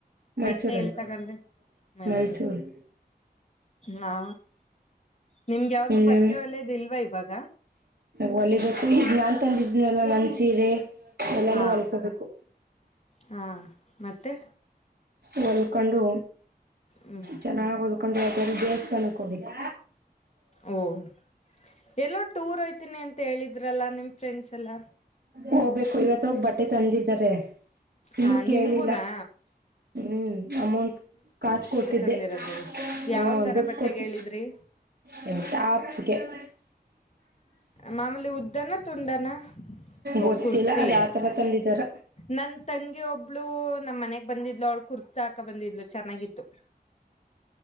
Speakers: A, on the right; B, on the left.
A: ಮೈಸೂರಲ್ಲಿ
B: ಬಟ್ಟೆ ಎಲ್ಲಿ ತಗೊಂಡ್ರಿ ಮೈಸೂರು
A: ಮೈಸೂರ್.
B: ಹಾ ನಿಮ್ಗೆ ಯಾವ್ದು
A: ಇನ್ನೇನು.
B: ಬಟ್ಟೆ ಒಳ್ಳೇದಿಲ್ವಾ ಇವಾಗ
A: ಹೊಲಿಬೇಕು ಈಗ್ ನಾನ್ ತಂದಿದ್ನಲ್ಲ ನನ್ ಸಿ ಸೀರೆ ಎಲ್ಲಾನು
B: ಹಾ
A: ಹೊಲ್ಕೋಬೇಕು.
B: ಹಾ ಮತ್ತೆ
A: ಹೊಲ್ಕೊಂಡು
B: ಹ್ಮ್
A: ಚೆನ್ನಾಗ್ ಹೊಲ್ಕೊಂಡು ಯಾವುದರ ದೇವಸ್ಥಾನಕ್ಕ್ ಹೋಬೇಕು.
B: ಓಹ್ ಎಲ್ಲೋ ಟೂರ್ ಹೋಯ್ತೀನಿ ಅಂತ ಹೇಳಿದ್ರಲ್ಲ ನಿಮ್ ಫ್ರೆಂಡ್ಸ್ ಎಲ್ಲ.
A: ಹೋಗ್ಬೇಕು ಇವತ್ತೋಗ್ ಬಟ್ಟೆ ತಂದಿದ್ದಾರೆ. ಇನ್ನು
B: ಹಾ ನಿಮ್ಗೂನಾ.
A: ಕೇಳಿಲ್ಲ ಹ್ಮ್ ಅಮೌಂಟ್ ಕಾಸ್ ಕೊಟ್ಟಿದ್ದೆ
B: ತಂದಿರೋದು
A: ಹಾ
B: ಯಾವ ತರ
A: ದುಡ್ಡ್
B: ಬಟ್ಟೆಗೆ
A: ಕೊಟ್ಟ್
B: ಹೇಳಿದ್ರಿ
A: ಹೇ ಟಾಪ್ಗೇ. <inaudible>
B: ಮಾಮೂಲಿ ಉದ್ದನಾ ತುಂಡಾನ. ಓ
A: ಗೊತ್ತಿಲ್ಲ
B: ಕುರ್ತಿ
A: ಅದ ಯಾವತರ ತಂದಿದಾರ
B: ನನ್ ತಂಗಿ ಒಬ್ಳು ನಮ್ ಮನೆಗ್ ಬಂದಿದ್ಲು ಅವ್ಳ್ ಕುರ್ತ ಹಾಕ ಬಂದಿದ್ಲು ಚೆನ್ನಾಗಿತ್ತು.